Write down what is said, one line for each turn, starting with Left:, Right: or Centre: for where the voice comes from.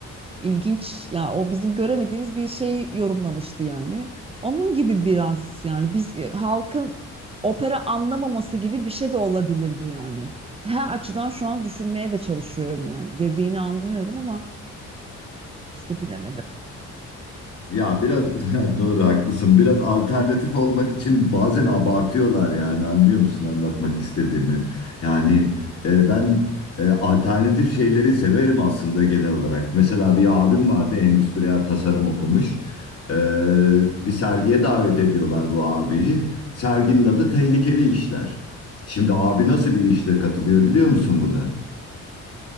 Right: İlginç ya o bizim göremediğimiz bir şey yorumlamıştı yani. Onun gibi biraz yani biz e, halkın opera anlamaması gibi bir şey de olabilir bu yani. Her açıdan şu an düşünmeye de çalışıyorum yani. Dediğini anlıyorum ama işte bilemedim.
Left: Ya biraz <laughs> doğru haklısın. Biraz alternatif olmak için bazen abartıyorlar yani anlıyor musun anlatmak istediğimi? Yani e, ben e, alternatif şeyleri severim aslında genel olarak. Mesela bir abim vardı endüstriyel tasarım okumuş. E, bir sergiye davet ediyorlar bu abiyi. Serginin adı Tehlikeli İşler. Şimdi abi nasıl bir işle katılıyor biliyor musun buna?